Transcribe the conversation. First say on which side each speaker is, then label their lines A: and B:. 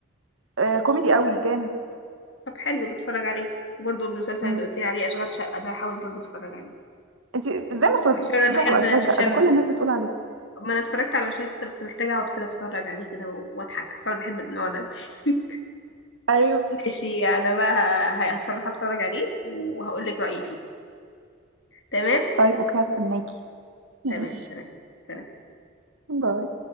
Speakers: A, on the right; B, on the left.
A: آه كوميدي قوي جامد
B: طب حلو ده اتفرج عليه وبرضه المسلسل
A: مم.
B: اللي قلت لي عليه اشغال شقه ده هحاول برضه اتفرج عليه
A: انتي ازاي ما اتفرجتيش
B: عشان انا بحب
A: على اشغال
B: هشام
A: شقة ده كل الناس بتقول عليه
B: ما انا اتفرجت على مشاهد كده بس محتاجه اقعد كده اتفرج عليه كده و- واضحك اصل انا بحب النوع ده <laughs>
A: ايوه
B: ماشي انا بقى ه- هتفرج هتفرج عليه وهقول لك رايي فيه تمام
A: طيب اوكي هستناكي ماشي
B: تمام سلام سلام
A: باي